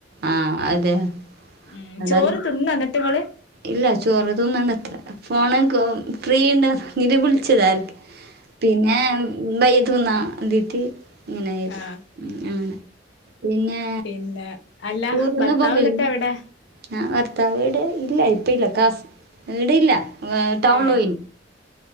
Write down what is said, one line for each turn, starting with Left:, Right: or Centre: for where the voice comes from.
Right: ആഹ് അതെ
Left: ഉം
Right: അടാ
Left: ചോറ് ത്‌ന്നൊ ങ്ങട്ട്ങ്ങള്
Right: ഇല്ല ചോറ് തിന്നണത്ര. ഫോണ് ക്ക് ഫ്രീ ഇണ്ട്. ഇജ്‌ വിളിച്ചതർക്ക് പിന്നെ മ് ഭയ്യ തിന്നാ ദീത്തി ഇങ്ങനായത്.
Left: ആഹ്
Right: മ് അങ്ങനെ നിന്നേ
Left: ന്നെ അല്ല
Right: ടൂറ്
Left: ഭർത്താവ്
Right: ന്ന പോകേല്?
Left: ന്നിട്ട് എവിടെ
Right: ആഹ്, ഭർത്താവിടെ ഇല്ല ഇപ്പ ഇല്ല കാസ് ഇവ്ട ഇല്ല. ഏ ടൗണ്ൽ
Left: ഏഹ്
Right: ഓയിൻ